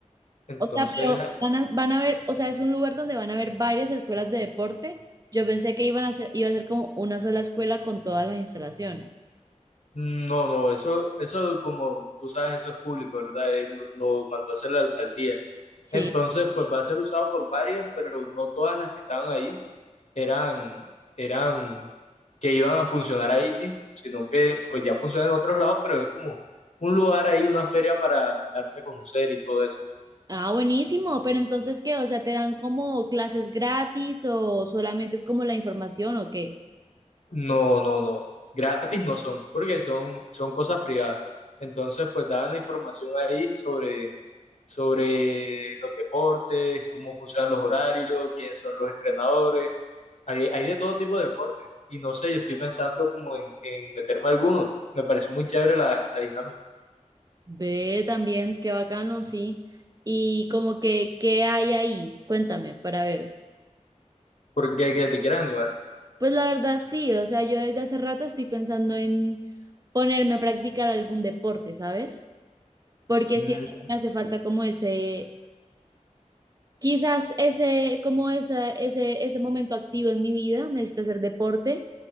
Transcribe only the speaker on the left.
Entonces
No, no, eso, eso como tú sabes, eso es público, ¿verdad? Él lo mandó a hacer la alcaldía.
Entonces, pues va a ser usado por varias, pero no todas las que estaban ahí eran, eran que iban a funcionar ahí mismo, sino que pues ya funcionan en otros lados, pero es como un lugar ahí, una feria para darse a conocer y todo eso.
No, no, no. Gratis no son, porque son, son cosas privadas. Entonces, pues daban la información ahí sobre sobre los deportes, cómo funcionan los horarios, quiénes son los entrenadores. Hay, hay de todo tipo de deportes. Y no sé, yo estoy pensando como en, en meterme a alguno. Me pareció muy chévere la, la dinámica,
porque hay que te quieras animar.
Mm,